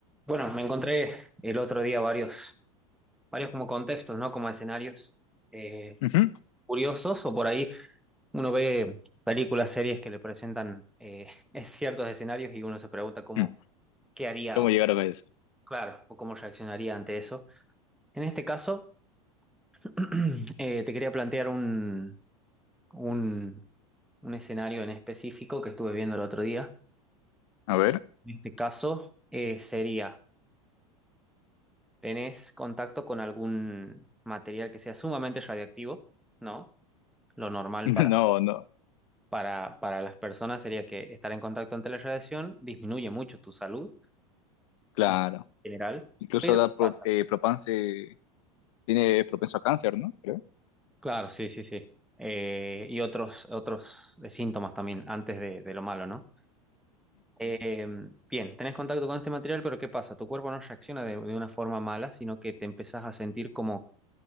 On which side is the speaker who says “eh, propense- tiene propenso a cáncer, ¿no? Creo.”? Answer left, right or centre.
Left